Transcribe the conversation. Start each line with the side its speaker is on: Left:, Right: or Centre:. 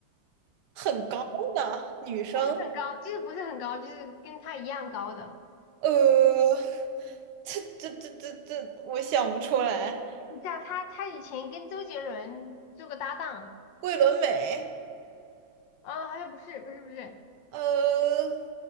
Right: 很高的女生，
Left: 不是很高，就是不是很高，就是跟他一样高的。
Right: 呃，这这这这这，我想不出来。
Left: 你知道他他以前跟周杰伦做过搭档，
Right: 桂纶镁，
Left: 啊，好像不是不是不是，
Right: 呃，